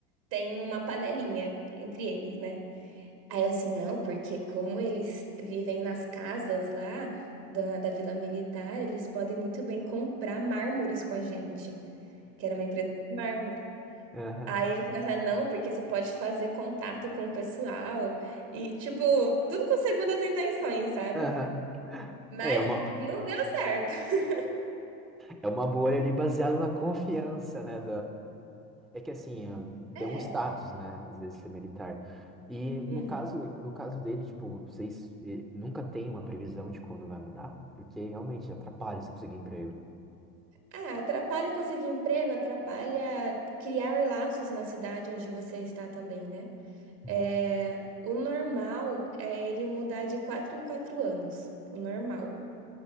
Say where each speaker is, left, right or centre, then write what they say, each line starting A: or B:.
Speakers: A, on the right; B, in the centre.
A: tem uma panelinha entre eles, né? Aí eu assim, não, porque como eles vivem nas casas lá da, da Vila Militar, eles podem muito bem comprar mármores com a gente, que era uma empresa de mármore.
B: Aham,
A: Aí eles começaram, não, porque você pode fazer contato com o pessoal e, tipo, tudo com segundas intenções, sabe?
B: aham.
A: Mas
B: É uma,
A: não deu certo. <laughs>
B: é uma bolha ali baseada na confiança, né? É que assim, é,
A: É.
B: tem um status, né? Às vezes ser militar. E no
A: Uhum.
B: caso, no caso dele, tipo, vocês eh, nunca tem uma previsão de quando vai mudar? Porque realmente atrapalha você conseguir emprego.
A: Ah, atrapalha conseguir emprego, atrapalha criar laços na cidade onde você está também, né?
B: Uhum,
A: É, o normal é ele mudar de quatro em quatro anos, o normal.